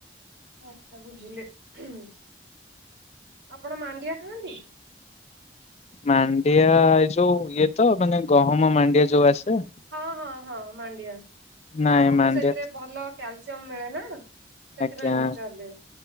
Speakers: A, on the right; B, on the left.
A: ଆଚ୍ଛା ବୁଝିଲି -ଆପଣ ମାଣ୍ଡିଆ ଖାଆନ୍ତି?
B: ମାଣ୍ଡିଆ ଏ ଯଉ ଇଏ ତ ମାନେ ଗହମ ମାଣ୍ଡିଆ ଯଉ ଆସେ?
A: ହଁ- ହଁ -ହଁ ମାଣ୍ଡିଆ ମାନେ
B: ନାଇଁ
A: ଆମକୁ
B: ମାଣ୍ଡିଆ
A: ସେଥିରେ
B: ତ
A: ଭଲ କ୍ୟାଲସିୟମ ମିଳେ ନା। ସେଥିପାଇଁ
B: ଆଜ୍ଞା
A: ପଚାରିଲି।